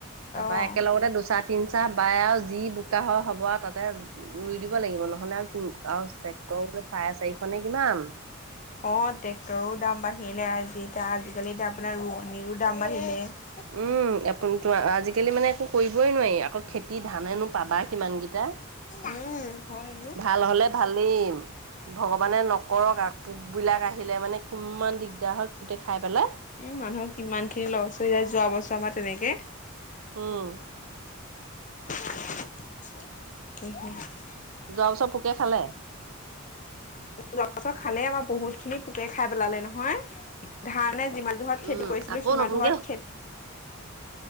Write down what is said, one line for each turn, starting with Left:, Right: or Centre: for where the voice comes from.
Left: অ',
Right: তাৰপৰা একেলগতে দুচাহ, তিনি চাহ বায়ে আৰু যি বোকা হ-হ'ব আৰু তাতে ৰুই দিব লাগিব নহ'লে আৰু উম, আৰু চেক্টৰ চাৰে চাৰিশনে কিমান।
Left: অ', ট্ৰেক্টৰো দাম বাঢ়িলে আৰু এতিয়া আজিকালি এতিয়া আপোনাৰ ৰোৱনিৰো দাম বাঢ়িলে।
Right: উম, <unintelligible> আজিকালি মানে একো কৰিবই নোৱাৰি, আকৌ খেতি ধানেনো পাবা কিমান কেইটা।
Left: উম, হয়, অ'।
Right: ভাল হ'লে ভালেই। ভগৱানে নকৰক পোক বিলাক আহ আহিলে মানে কিমান দিগদাৰ হয়, গোটে খাই পেলাই।
Left: উম, মানুহৰ কিমান খিনি লছ হৈ যায় <unintelligible> তেনেকে
Right: উম।
Left: <inaudible>
Right: যোৱাবছৰ পোকে খালে?
Left: যোৱাবছৰ খালেই আমাৰ বহুতখিনি পোকে খাই পেলালে নহয়, ধান নে যিমা যোহত খেতি
Right: উম,
Left: কৰিছিলো
Right: আকৌ
Left: সিমা
Right: নতুনকে
Left: জোহত খে